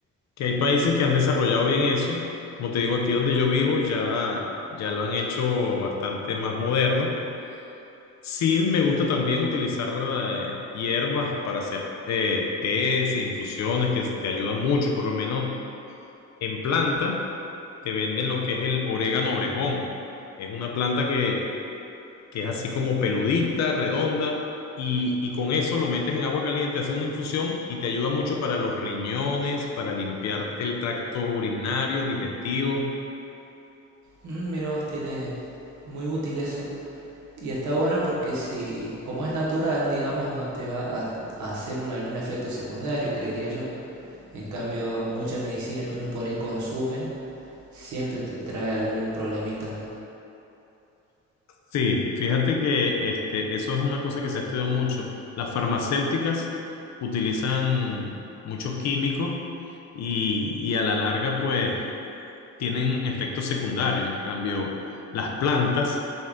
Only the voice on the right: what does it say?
Mm, mira vos, tiene muy útil eso. Y está bueno porque si, como es natural, digamos, no te va a, a hacer un, algún efecto secundario, creería yo. En cambio, mucha medicina que uno por ahí consume siempre te trae algún problemita.